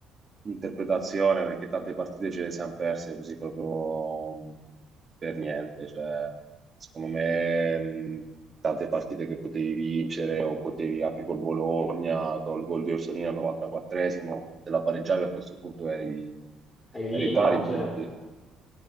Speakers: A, on the right; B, on the left.
A: di interpretazione perché tante partite ce le siamo perse così proprio mh, per niente. Cioè, secondo me mh, tante partite che potevi vincere o potevi anche col Bologna, col gol di Orsolini al 94esimo, se la pareggiavi a questo punto eri,
B: È lì,
A: eri
B: no,
A: pari
B: no, Esatto.
A: punti.
B: certo.